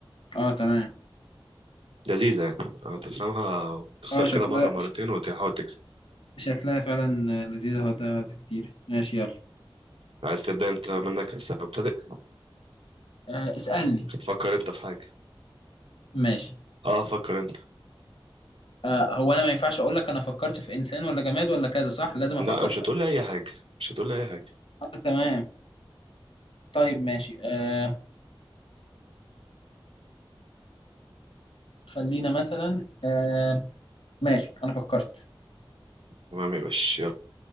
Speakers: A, on the left; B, on the right.
A: اه تمام
B: لذيذة يعني هتفهمها وتخسر
A: اه شكلها
B: كده مرة مرتين
A: ش-
B: وتحاول تكسب
A: شكلها فعلا لذيذة هتضيع وقت كتير ماشي يلا
B: عايز تبدأ انت منك لسه مبتدئ
A: آه اسألني
B: تفكر انت في حاجة
A: ماشي
B: اه فكر انت
A: آه هو انا ما ينفعش اقول لك انا فكرت في انسان ولا جماد ولا كذا صح لازم
B: لا
A: افكر
B: مش
A: في
B: هتقول لي اي حاجة مش هتقول لي اي حاجة
A: آه تمام طيب ماشي آه خلينا مثلا آه ماشي انا فكرت
B: تمام يا باشا